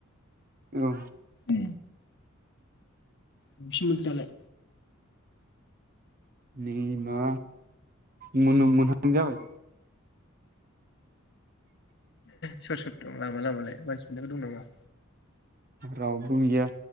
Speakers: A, on the right; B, on the left.
A: औ
B: <unintelligible> अबेसिम मोनखो दालाय
A: नै मा मोन मोनहां जाबाय
B: सोर सोर दं लामा लामालाय मानसि फोरबो दं नामा?
A: रावबो गैया